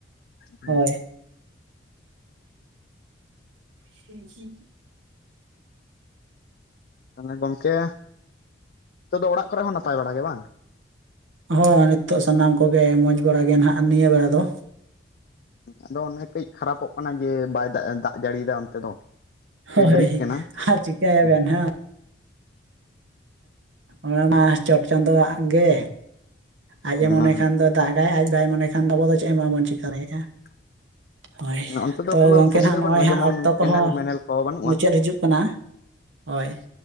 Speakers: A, on the left; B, on the right.
A: ᱦᱸ,
B: ᱦᱳᱭ <unintelligible>
A: ᱛᱟᱦᱚᱞᱮ ᱜᱚᱝᱠᱮ ᱱᱤᱛᱚᱜ ᱫᱚ ᱚᱲᱟᱜ ᱠᱚᱨᱮ ᱦᱚᱸ ᱱᱟᱯᱟᱭ ᱵᱟᱲᱟ ᱜᱮ ᱵᱟᱝ?
B: ᱦᱳᱭ ᱱᱤᱛᱚᱜ ᱥᱟᱱᱟᱢ ᱠᱚᱜᱮ ᱢᱚᱡᱽ ᱵᱟᱲᱟ ᱜᱮ ᱱᱟᱦᱟᱜ ᱱᱤᱭᱟᱹ ᱵᱮᱲᱟ ᱫᱚ,
A: ᱟᱫᱚ ᱚᱱᱮ ᱠᱟᱹᱡ ᱠᱷᱟᱨᱟᱯᱚᱜ ᱠᱟᱱᱟ ᱡᱮ ᱵᱟᱭ ᱫᱟᱜ ᱫᱟᱜ ᱡᱟᱹᱲᱤᱭᱫᱟ ᱚᱱᱛᱮ ᱫᱚ᱾
B: ᱦᱳᱭ
A: ᱠᱟᱹᱡ ᱰᱮᱨᱤᱜ ᱠᱟᱱᱟ
B: ᱟᱨ ᱪᱩᱠᱟᱭᱟᱵᱮᱱ
A: ᱦᱩᱸ
B: ᱦᱟᱸᱝ, ᱚᱱᱟ ᱢᱟ ᱪᱚᱴ ᱪᱟᱸᱫᱳᱣᱟᱜ ᱜᱮ ᱟᱡᱮ
A: ᱚᱱᱟ
B: ᱢᱚᱱᱮ ᱠᱷᱟᱱ ᱫᱚ ᱫᱟᱜ ᱟᱭ ᱟᱡ ᱵᱟᱭ ᱢᱚᱱᱮ ᱠᱷᱟᱱ ᱟᱵᱚ ᱫᱚ ᱪᱮᱫ ᱦᱚᱸ ᱵᱟᱵᱚᱱ ᱪᱤᱠᱟᱹ ᱫᱮᱭᱟᱜᱼᱟ᱾
A: <inaudible>
B: ᱦᱳᱭ,
A: ᱚᱱᱛᱮ ᱫᱚ
B: ᱛᱳ
A: ᱠᱳᱱᱳ
B: ᱜᱚᱝᱠᱮ
A: ᱥᱩᱵᱤᱫᱷᱟ
B: ᱦᱟᱸᱜ ᱱᱚᱜᱼᱚᱭ
A: ᱵᱟᱹᱱᱩᱜᱼᱟ
B: ᱦᱟᱸᱜ
A: ᱡᱮᱢᱚᱱ
B: ᱚᱠᱛᱚ
A: ᱠᱮᱱᱮᱞ
B: ᱠᱚᱦᱚᱸ
A: ᱢᱮᱱᱮᱞ ᱠᱚ ᱵᱟᱹᱱᱩᱜᱼᱟ
B: ᱢᱩᱪᱟᱹᱫ ᱦᱤᱡᱩᱜ ᱠᱟᱱᱟ, ᱦᱳᱭ,